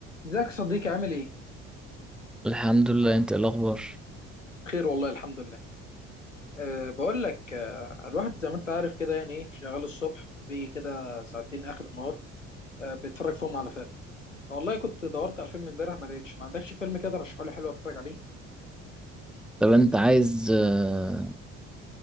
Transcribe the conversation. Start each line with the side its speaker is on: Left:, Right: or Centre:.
Left: ازيك يا صديقي عامل ايه؟
Centre: الحمد لله انت ايه الاخبار
Left: بخير والله الحمد لله. أه بقول لك أه الواحد زي ما انت عارف كده يعني ايه شغال الصبح وبيجي كده ساعتين اخر النهار أه بيتفرج فيهم على فيلم. والله كنت دورت على فيلم امبارح ما لقيتش، ما عندكش فيلم كده ترشحه لي حلو اتفرج عليه؟
Centre: طب انت عايز آه،